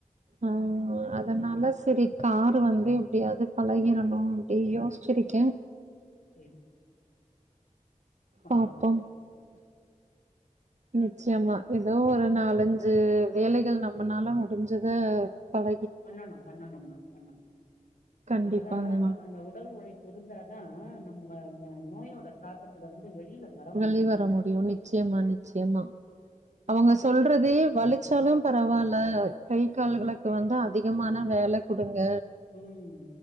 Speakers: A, on the right (about 60°); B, on the left (about 85°).
A: ஆ அதனால சரி காரு வாங்கி எப்டியாது பழகிரணு யோஸ்சிரிக்க
B: செரி
A: பாப்போம்
B: நடக்கும்
A: நிச்சயமா ஏதோ ஒரு நாலஞ்சு வேலைகள் நம்மனால முடிஞ்சத பழ
B: பண்ணணு பண்ணணும்மா பண்ணணும்
A: கண்டிப்பாங்கம்மா
B: அப்பதா அ அந்த உடல் உழைப்பு இருந்தாதா நம்ம நோயோட தாக்கத்திலருந்து வெளில வர
A: வெளி
B: முடியும்
A: வர முடியு நிச்சயமா நிச்சயமா அவங்க சொல்றதே வலிச்சாலும் பரவால்ல கை கால்களுக்கு வந்து அதிகமான வேல குடுங்க
B: ம்